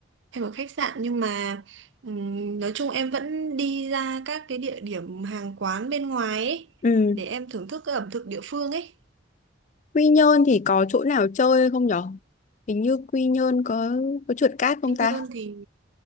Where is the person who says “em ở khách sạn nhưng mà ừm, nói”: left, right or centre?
Right